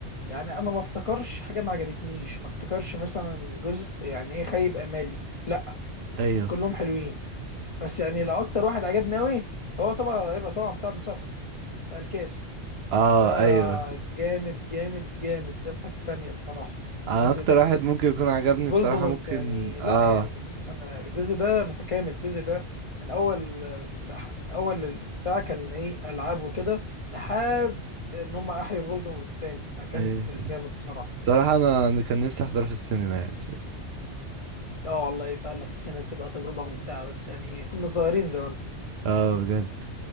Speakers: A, on the left; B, on the right.
A: يعني انا ما افتكرش حاجه ما عجبتنيش ما افتكرش مثلا جزء يعني ايه خيب امالي لا
B: ايوه
A: كلهم حلوين بس يعني لو اكتر واحد عجبني قوي فهو طبعا هيبقى طبعا بتاع المسابقه بتاع الكاس
B: اه
A: ده
B: ايوه
A: جامد جامد جامد ده في حته تانية الصراحه
B: انا
A: الجزء
B: اكتر
A: ده
B: واحد ممكن يكون عجبني
A: فولدمورت
B: بصراحة ممكن
A: يعني
B: اه
A: لا يعني السنة- الجزء ده متكامل الجزء ده من اول من اول البتاع كان ايه العاب وكده لحد ان هم احيوا فولدمورت تاني فكانت
B: ايه
A: جامد الصراحه
B: بصراحة انا أنا كان نفسي احضره في السينما يعني
A: اه والله فعلا دي كانت تبقى تجربه ممتعه بس يعني كنا صغيرين زمان
B: اه بجد